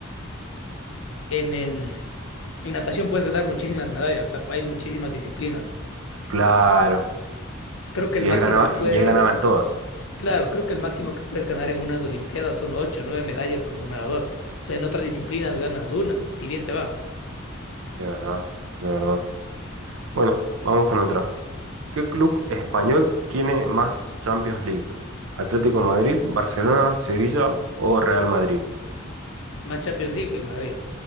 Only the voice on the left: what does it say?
en, en, en natación puedes ganar muchísimas medallas, o sea, hay muchísimas disciplinas.
Creo que
el máximo
que puede,
claro, creo que el máximo que puedes ganar en unas Olimpiadas son 8 o 9 medallas como nadador. O sea, en otras disciplinas ganas una, si bien te va.
Más Champions League, el Madrid.